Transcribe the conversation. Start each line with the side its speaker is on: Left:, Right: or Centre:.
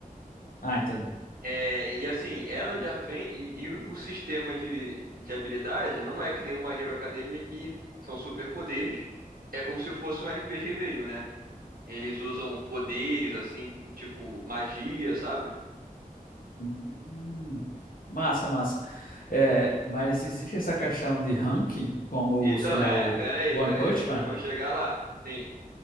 Left: Ah, entendi.
Right: É, e assim, ela já vem. E, e o sistema de, de habilidade não é que nem uma Hero Academia que são superpoderes. É como se fosse um RPG mesmo, né? Eles usam poderes, assim, tipo magia, sabe?
Left: Hum, massa, massa. É, mas existe essa questão de ranking, como,
Right: Então,
Left: sei lá,
Right: é,
Left: o
Right: pera aí,
Left: One
Right: pera
Left: Punch
Right: aí, eu vou che-
Left: Man?
Right: eu vou chegar lá. Sim.